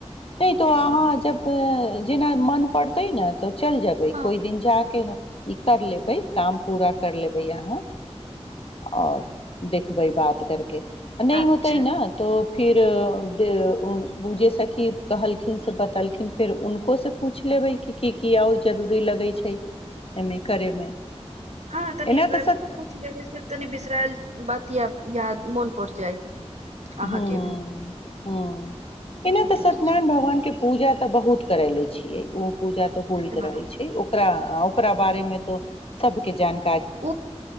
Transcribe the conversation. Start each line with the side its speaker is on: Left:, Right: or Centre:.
Left: नहि तो अहाँ
Right: हँ
Left: जब जेना मन पड़ते ने तऽ चल जेबय
Right: हँ
Left: कोई दिन जााक है ई कर लेबय काम पूरा कर लेबय अहाँ आओर देखखबै बात करके नहि
Right: अच्छा
Left: होता ही न तो फिर जे उ उजे सखी कहलखिन से बतेलखिन फेर हुनकोसँ पूछि लेबै कि की क आओर जरूरी लगय छै एमे करे मे
Right: हँ तनी
Left: एना
Right: पूछ
Left: तऽ सत
Right: लेबै से तनि बिसराल बात याद मोन पड़ जाय अहाँके
Left: हँ
Right: भी
Left: हँ एना
Right: किछु
Left: तऽ सत्यनारायण
Right: किछु
Left: भगवान के पूजा तऽ बहुत करैले छियै ओ पूजा तऽ होइत
Right: हँ
Left: रहै छै ओकरा ओकरा बारे मे तो सबके जान
Right: ओ